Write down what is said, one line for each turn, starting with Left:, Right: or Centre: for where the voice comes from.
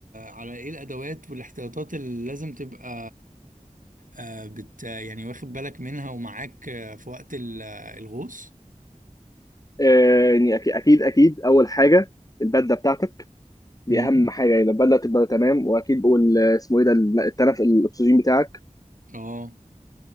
Right: على ايه الادوات والاحتياطات اللي لازم تبقى آه، بت يعني واخد بالك منها ومعاك آه، في وقت ال- الغوص
Left: آه، يعني اكيد اكيد اكيد اول حاجه البدله بتاعتك دي
Right: امم
Left: اهم حاجه يعني البدله تبقى تمام واكيد وال- اسمه ايه ده التنف الاكسجين بتاعك
Right: اه